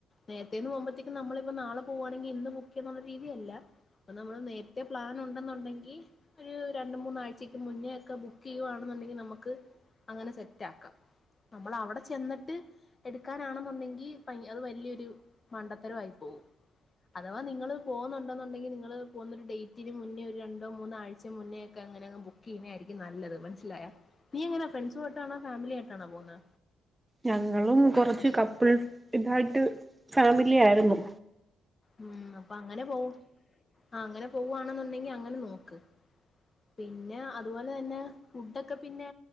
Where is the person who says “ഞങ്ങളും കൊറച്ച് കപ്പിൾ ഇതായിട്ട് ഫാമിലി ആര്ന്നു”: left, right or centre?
Right